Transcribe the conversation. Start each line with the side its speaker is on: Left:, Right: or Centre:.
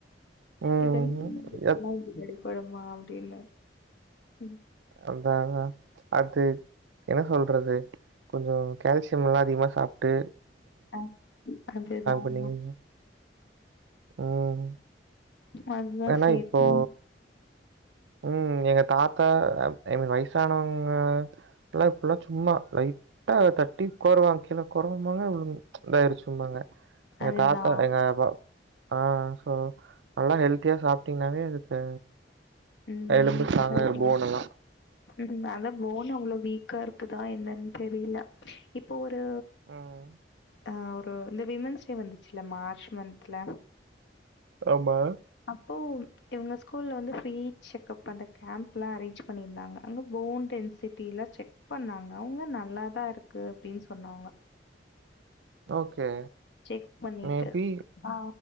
Right: ம்.
Left: இதெல்லா <unintelligible>
Right: எப்
Left: <unintelligible> ளமா அப்டின்னு ம்
Right: அதான் அது என்ன சொல்றது கொஞ்ச கால்சியம்லாம் அதிகமா சாப்ட்டு
Left: ஆ அதே தான் ஆமா
Right: பண்ணிருவீங்க. ம்
Left: ஒன் மந்த்
Right: ஏன்னா
Left: சேத்து
Right: இப்போ ம் எங்க தாத்தா ஐ ஐ மீன் வயசானவங்க எல்லாம் இப்பலா இப்பலாம் சும்மா லைட் லைட்டா தட்டி கொர்வாங் கீழ கொர்வாம்பாங்க இதாயிருச்சும்பாங்க எங்க
Left: அதுதான்.
Right: தாத்தா எங்க அப்பா ஆ சோ நல்லா ஹெல்த்தியா சாப்ட்டீங்கன்னாவே அதுக்கு
Left: ம்
Right: எலும்பு ஸ்ட்ராங்கா
Left: அப்ப ஓகேமா
Right: போன் எல்லாம்.
Left: ம் வேல போன் அவ்ளோ வீக்கா இருக்குதா என்னன்னு தெரில இப்போ ஒரு
Right: ம்.
Left: ஆ ஒரு இந்த விமன்ஸ் டே வந்துச்சுல மார்ச் மந்த்ல
Right: ஆமா
Left: அப்போ இவுங்க ஸ்கூல்ல வந்து ஃப்ரீ செக்ப் அந்த கேம்ப்லாம் அரேஞ்ச் பண்ணியிருந்தாங்க அங்க போண்டு எஞ் சிட்டில செக் பண்ணாங்க அவுங்க நல்லாதான் இருக்கு அப்டின்னு சொன்னாங்க
Right: ஓகே
Left: செக் பண்ணிட்டு
Right: மேபி
Left: ஆ